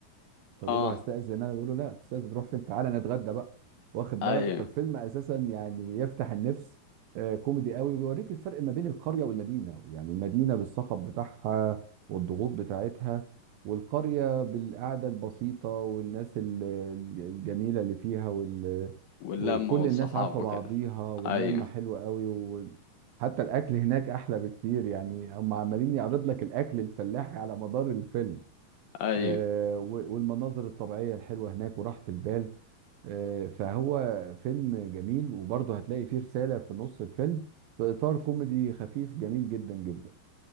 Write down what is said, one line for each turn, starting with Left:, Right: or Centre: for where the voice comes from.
Right: فبقول
Left: اه
Right: له هستأذن انا بقول له لا تستأذن تروح فين تعالى نتغدى بقى واخد
Left: ايوه
Right: بالك فالفيلم اساسا يعني يفتح النفس آه، كوميدي قوي وبيوريك الفرق ما بين القرية والمدينة يعني المدينة بالصخب بتاعها والضغوط بتاعتها والقرية بالقعدة البسيطة والناس ال- ال- الجميلة اللي فيها وال...
Left: واللمه
Right: وكل
Left: والصحاب
Right: الناس عارفة
Left: وكده
Right: بعضيها واللمة
Left: ايوه
Right: حلوة قوي وحتى الأكل هناك أحلى بكتير يعني هم عمالين يعرض لك الأكل الفلاحي على مدار الفيلم
Left: ايوه
Right: آه، و- والمناظر الطبيعية الحلوة هناك وراحة البال آه، فهو فيلم جميل وبرضه هتلاقي فيه رسالة في نص الفيلم في إطار كوميدي خفيف جميل جدا جدا